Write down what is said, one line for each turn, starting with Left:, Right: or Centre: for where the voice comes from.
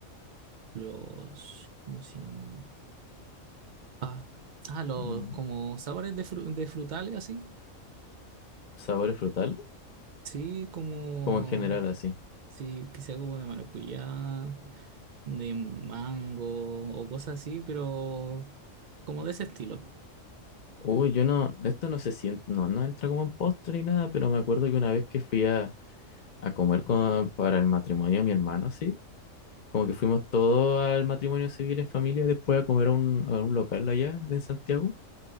Right: los, ¿cómo se llama? Ah, ah, los
Left: mm,
Right: como sabores de, fru- de frutales así.
Left: Sabores frutales,
Right: Sí, como,
Left: como en general así.
Right: sí, quizá como de maracuyá, de mango o cosas así, pero como de ese estilo.
Left: Uy, yo no, de esto no se siente, no, no entra como en postre ni nada, pero me acuerdo que una vez que fui a, a comer con- para el matrimonio de mi hermano así, Como que fuimos todos al matrimonio civil en familia después a comer a un, a un local allá de Santiago,